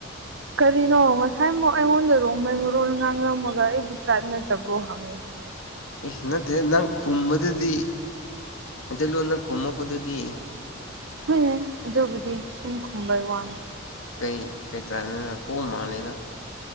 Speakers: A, on the right; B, on the left.
A: ꯀꯔꯤꯅꯣ ꯉꯁꯥꯏꯃꯨꯛ ꯑꯩꯉꯣꯟꯗ ꯔꯣꯡꯃꯩ ꯃꯔꯣꯜ ꯉꯥꯡꯂꯝꯃꯒ ꯑꯩꯕꯨ ꯇ꯭ꯔꯥꯏꯞ ꯅꯠꯇꯕꯣ ꯍꯪ ꯉꯛꯏꯁꯤꯕꯨ꯫
B: ꯑꯦ ꯅꯠꯇꯦ ꯅꯪ ꯈꯨꯝꯕꯗꯨꯗꯤ ꯃꯩꯇꯩꯂꯣꯟꯗ ꯈꯨꯝꯃꯛꯄꯗꯨꯗꯤ꯫
A: ꯍꯣꯏꯅꯦ ꯑꯗꯨꯕꯨꯗꯤ ꯁꯨꯝ ꯈꯨꯝꯕꯩ ꯋꯥꯅꯤ꯫
B: ꯀꯩ ꯀꯩ ꯇꯔꯥꯏꯞꯅꯣ ꯀꯣꯝ ꯃꯥꯂꯦꯗ꯫